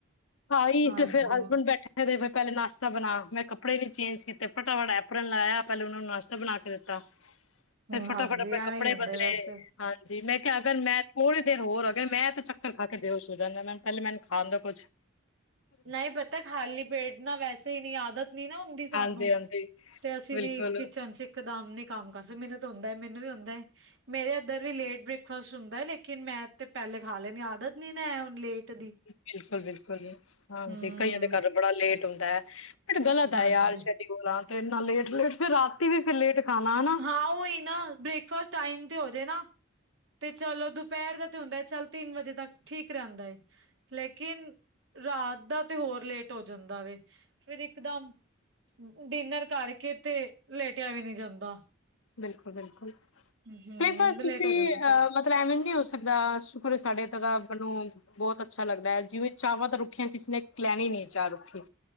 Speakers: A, on the left; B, on the right.
A: ਆਈ
B: ਹਾਂਜੀ
A: ਤੇ ਫੇਰ ਹਸਬੈਂਡ ਬੈਠੇ ਬੈਠੇ ਦੇ ਬਈ ਪਹਿਲੇ ਨਾਸ਼ਤਾ ਬਨਾ। ਮੈਂ ਕੱਪੜੇ ਨੀ ਚੇਂਜ ਕੀਤੇ ਫਟਾ-ਫਟ ਐਪਰਨ ਲਾਯਾ ਪਹਿਲੇ ਉਨਾਂ ਨੂੰ ਨਾਸ਼ਤਾ ਬਣਾ ਕੇ ਦਿੱਤਾ। ਫੇਰ ਫਟਾ-ਫਟ
B: ਹਾਂਜੀ
A: ਆਪਣੇ
B: ਐਵੇਂ
A: ਕੱਪੜੇ
B: ਹੀ ਹੁੰਦਾ
A: ਬਦਲੇ
B: ਬਸ ਫਿਰ
A: ਹਾਂਜੀ ਮੈਂ ਕਿਹਾ ਅਗਰ ਮੈਂ ਥੋੜੀ ਦੇਰ ਹੋਰ ਆ ਗਏ ਮੈਂ ਤਾਂ ਚੱਕਰ ਖਾ ਕੇ ਬੇਹੋਸ਼ ਹੋ ਜਾਣਾ ਮੈਂ ਪਹਿਲੇ ਮੈਨੂੰ ਖਾਣ ਦੋ ਕੁਛ
B: ਨਈਂ ਪਤਾ ਖਾਲੀ ਪੇਟ ਨਾ ਵੈਸੇ ਈ ਨੀਂ ਆਦਤ ਨੀ ਨਾ ਹੁੰਦੀ ਸਾਨੂੰ,
A: ਹਾਂਜੀ ਹਾਂਜੀ
B: ਤੇ ਅਸੀਂ
A: ਬਿਲਕੁਲ
B: ਨੀ ਕਿਚਨ ਚ ਇਕਦਮ ਨੀ ਕੰਮ ਕਰ ਸਕ ਮੈਨੂੰ ਤੇ ਹੁੰਦੈ ਮੈਨੂੰ ਵੀ ਹੁੰਦੈ ਮੇਰੇ ਐਧਰ ਵੀ ਲੇਟ ਬ੍ਰੇਕਫਾਸਟ ਹੁੰਦੈ ਲੇਕਿਨ ਮੈਂ ਤੇ ਪਹਿਲੇ ਖਾ ਲੈਨੀ ਆਦਤ ਨੀ ਨਾ ਹੁਣ ਲੇਟ ਦੀ।
A: ਬਿਲਕੁਲ-ਬਿਲਕੁਲ, ਹਾਂਜੀ
B: ਹਮ
A: ਕਈਆਂ ਦੇ ਘਰ ਬੜਾ ਲੇਟ ਹੁੰਦੇ ਬਟ ਗਲਤ
B: ਹਾਂਜੀ
A: ਐ ਯਾਰ <unintelligible> ਤੇ ਇੰਨਾ ਲੇਟ-ਲੇਟ ਫੇਰ ਰਾਤੀ ਵੀ ਫੇਰ ਲੇਟ ਖਾਣਾ ਹਨਾ।
B: ਹਾਂ ਓਈ ਨਾ ਬ੍ਰੇਕ ਫਸਟ ਟਾਈਮ ਤੇ ਹੋਜੇ ਨਾ ਤੇ ਚਲੋ ਦੁਪਹਿਰ ਦਾ ਤੇ ਹੁੰਦਾ ਚੱਲ ਤਿੰਨ ਵਜੇ ਤੱਕ ਠੀਕ ਰਹਿੰਦਾ ਏ। ਲੇਕਿਨ ਰਾਤ ਦਾ ਤੇ ਹੋਰ ਲੇਟ ਹੋ ਜਾਂਦਾ ਵੇ ਫੇਰ ਇਕਦਮ ਡਿਨਰ ਕਰਕੇ ਤੇ ਲੇਟਿਆ ਵੀ ਨੀਂ ਜਾਂਦਾ।
A: ਬਿਲਕੁਲ-ਬਿਲਕੁਲ
B: ਹਮ
A: ਬ੍ਰੇਕਫਾਸਟ
B: ਲੇਟ
A: ਤੁਸੀਂ
B: ਹੋ ਜਾਂਦਾ ਸਰ
A: ਅ ਮਤਲ ਫੇਰ ਐਂਵੇ ਨੀ ਹੋ ਸਕਦਾ ਸ਼ੁਕਰ ਏ ਸਾਡੇ ਤੇ ਰੱਬ ਨੂੰ ਬਹੁਤ ਅੱਛਾ ਲੱਗਦੈ ਜਿਵੇਂ ਚਾਵਾਂ ਤੇ ਰੁੱਖਿਆਂ ਕਿਸੇ ਨੇ ਲੈਣੀ ਨੀ ਚਾਹ ਰੁੱਖੀ।